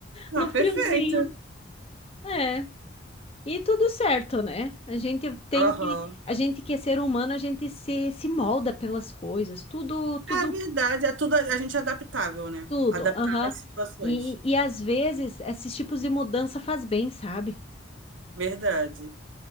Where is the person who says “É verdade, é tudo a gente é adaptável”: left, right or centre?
Right